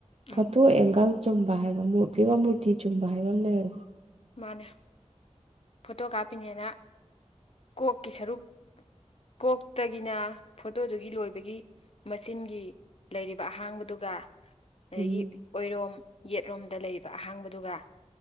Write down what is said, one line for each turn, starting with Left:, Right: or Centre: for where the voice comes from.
Left: ꯎꯝ
Right: ꯐꯣꯇꯣ ꯑꯦꯡꯒꯜ ꯆꯨꯝꯕ ꯍꯥꯏꯕ ꯐꯤꯕꯥ ꯃꯨꯔꯇꯤ ꯆꯨꯝꯕ ꯍꯥꯏꯕ ꯑꯃ ꯂꯩ
Left: ꯃꯥꯅꯦ ꯐꯣꯇꯣ ꯀꯥꯞꯄꯤꯉꯅ ꯀꯣꯛꯀꯤ ꯁꯔꯨꯛ ꯀꯣꯛꯇꯒꯤꯅ ꯐꯣꯇꯣꯗꯨꯒꯤ ꯂꯣꯏꯕꯒꯤ ꯃꯆꯤꯟꯒꯤ ꯂꯩꯔꯤꯕ ꯑꯍꯥꯡꯕꯗꯨꯒ ꯑꯗꯒꯤ
Right: ꯎꯝ
Left: ꯑꯣꯏꯔꯣꯝ ꯌꯦꯠꯂꯣꯝꯗ ꯂꯩꯕ ꯑꯍꯥꯡꯕꯗꯨꯒ